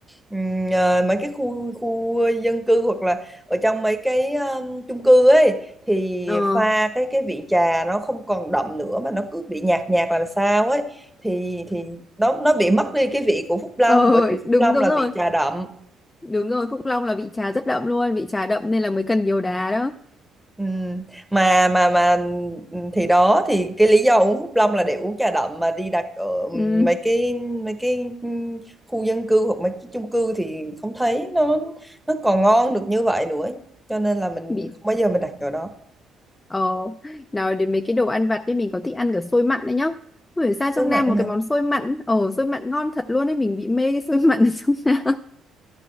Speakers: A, in the centre; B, on the left.
A: ừm, à, mấy cái khu khu dân cư hoặc là ở trong mấy cái um, chung cư ấy thì
B: ờ
A: pha cái cái vị trà nó không còn đậm nữa mà nó cứ bị nhạt nhạt làm sao ấy thì thì nó nó bị mất đi cái vị của Phúc Long
B: ờ,
A: bởi vì Phúc
B: đúng
A: Long
B: đúng
A: là
B: rồi.
A: vị trà đậm
B: Đúng rồi, Phúc Long là vị trà rất đậm luôn, vị trà đậm nên là mới cần nhiều đá đó.
A: Ừ. Mà mà mà ừ, thì đó thì cái lý do uống Phúc Long là để uống trà đậm mà đi đặt ở ừ,
B: Ừ,
A: mấy cái mấy cái ừ, khu dân cư hoặc mấy cái chung cư thì không thấy nó nó còn ngon được như vậy nữa cho nên là mình
B: bị
A: không bao giờ mình đặt ở đó
B: ờ nào đến mấy cái đồ ăn vặt đi mình có thích ăn cả xôi mặn đấy nhá. Không hiểu sao
A: xôi
B: trong
A: mặn
B: Nam một
A: hả
B: cái món xôi mặn, ờ xôi mặn ngon thật luôn đấy, mình bị mê cái xôi <laughs> mặn ở trong Nam.